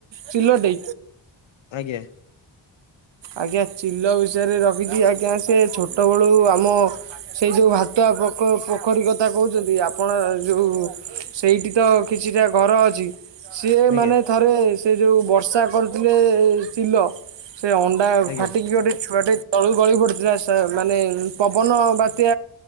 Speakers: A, on the right; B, on the left.
A: ଚିଲଟେ।
B: ଆଜ୍ଞା।
A: ଆଜ୍ଞା ଚିଲ ବିଷୟରେ ରଖିଛି ଆଜ୍ଞା ସେ ଛୋଟ ବେଳୁ ଆମ ସେଇ ଯୋଉ ଭାତୁଆ ପୋଖ ପୋଖରୀ କଥା କହୁଛନ୍ତି ଆପଣ ଯୋଉ ସେଇଠି ତ କିଛିଟା ଘର ଅଛି। ସିଏ
B: ଆଜ୍ଞା
A: ମାନେ ଥରେ ସେ ଯେଉଁ ବର୍ଷା କରିଥିଲେ ଚିଲ। ସେ ଅଣ୍ଡା
B: ଆଜ୍ଞା
A: ଫାଟିିକି ଗୋଟେ ଛୁଆଟେ ତଳୁକୁ ଗଳି ପଡିଥିଲା ସେ ମାନେ ପବନ ବାତ୍ୟା